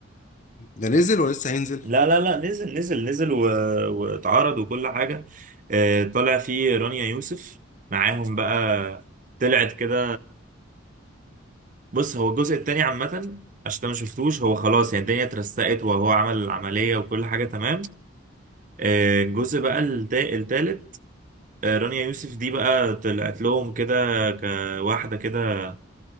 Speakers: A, on the left; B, on the right.
A: ده نزل ولسه هينزل
B: لا لا لا نزل نزل نزل و... واتعرض وكل حاجة آه، طلع فيه رانيا يوسف معاهم بقى طلعت كده بص هو الجزء التاني عامة عشان أنت ما شفتوش هو خلاص يعني الدنيا اترسقت وهو عمل العملية وكل حاجة تمام آه، الجزء بقى التا- التالت آه، رانيا يوسف دي بقى طلعت لهم كده كواحدة كده